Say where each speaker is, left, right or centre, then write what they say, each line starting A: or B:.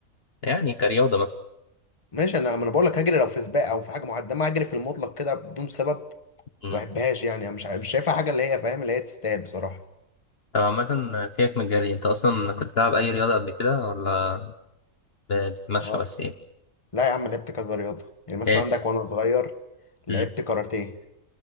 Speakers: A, on the left; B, on the left.
A: يعني كرياضة مثلا
B: ماشي انا ما انا بقول لك هجري لو في سباق او في حاجه معينه ما هجري في المطلق كده بدون سبب
A: امم
B: ما بحبهاش يعني أنا مش ع- مش شايفها حاجه اللي هي فاهم اللي هي تستاهل بصراحه
A: طب عامة سيبك من الجري انت اصلا كنت بتلعب اي رياضة قبل كده ولا ب- بتتمشى
B: اه
A: بس ايه
B: لا يا عم لعبت كذا رياضه يعني مثلا
A: ايه
B: عندك وانا صغير لعبت
A: امم
B: كاراتيه